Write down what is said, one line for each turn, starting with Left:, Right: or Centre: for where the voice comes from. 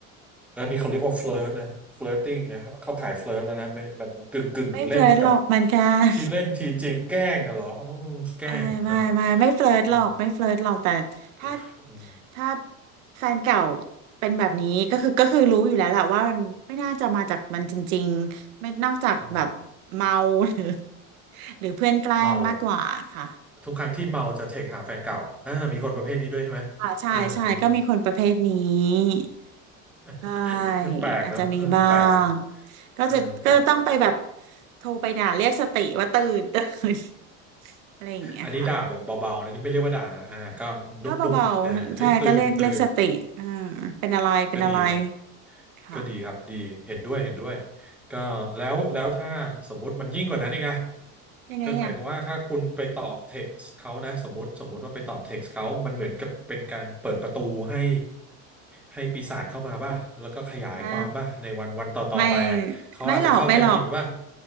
Centre: แล้วนี่เขาเรียกว่าเฟ i ร์นะเฟ i ร์ติ้งนะเข้าข่ายเฟ i ร์แล้วนะไม่นกึ่งกึ่งเล่นกับ
Right: ไม่เฟลิร์ตหรอกมันกัน
Centre: ที่เล่นทีจริงแกล้งอะเหรออืมแกล้งอะเนาะ
Right: อ่าไม่ไม่ไม่เฟลิร์ตหรอกไม่เฟลิร์ตหรอกแต่ถ้า
Centre: อืมอืม
Right: ถ้าแฟนเก่าเป็นแบบนี้ก็คือก็คือรู้อยู่แล้วแหละว่ามันไม่น่าจะมาจากมันจริงๆไม่นอกจากแบบเมาหรือ
Centre: อืม
Right: หรือเพื่อนแกล้งมากกว่าค่ะ
Centre: เมาทุกครั้งที่เมาจะเทคหาแฟนเก่าอ่า มีคนประเภทนี้ด้วยใช่ไหม
Right: อ่าใช่ใช่ก็มีคนประเภทนี้
Centre: อ่ามีมี
Right: ใช่
Centre: <laughs> แปลกเนาะเออแปลกนะ
Right: อาจจะมีบ้างก็จะก็จะต้องไปแบบ
Centre: เออแปลกแปลก
Right: โทรไปด่าเรียกสติว่าตื่นตื่น <laughs> อะไรอย่างเงี้ยค่ะ
Centre: อันนี้ด่าแบบเบาๆนะนี่ไม่เรียกว่าด่านะอ่าก็นุ่มๆเออเฮ้ยตื่นตื่น
Right: ก็เบาๆใช่ก็เรียกเรียกสติอ่าเป็นอะไรเป็นอะไร
Centre: ก็ดีฮะ
Right: ค่ะ
Centre: ก็ดีครับดีเห็นด้วยเห็นด้วยก็แล้วแล้วถ้าสมมุติมันยิ่งกว่านั้นอีกอะ
Right: ยังไงอ่ะ
Centre: คือหมายความว่าถ้าคุณไปตอบเท็กซ์เขานะสมมติสมมุติว่าไปตอบเท็กซ์เขามันเหมือนกับเป็นการเปิดประตูให้ให้ปีศาจเข้ามาป่ะแล้วก็ขยายความป่ะในวันวันต่อๆไปอะเขาอาจจะเข้าใจผิดป่ะ
Right: ไม่ไม่ไม่หรอกไม่หรอก